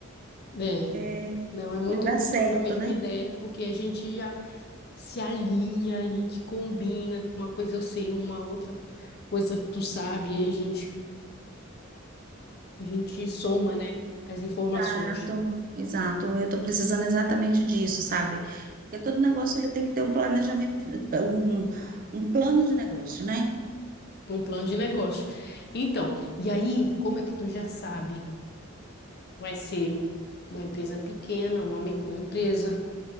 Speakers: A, on the left; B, on the right.
A: É,
B: É
A: não, é muito
B: o lugar
A: bom
B: certo,
A: trocar a mesma
B: né?
A: ideia, porque a gente já se alinha, a gente combina, uma coisa eu sei, uma outra coisa tu sabe, e a gente, a gente soma, né, as informações,
B: Exato, exato. Eu estou precisando exatamente disso, sabe? Porque todo negócio ele tem que ter um planejamento, um, um plano de negócio, né?
A: um plano de negócio. Então, e aí, como é que tu já sabe? Vai ser uma empresa pequena, uma microempresa,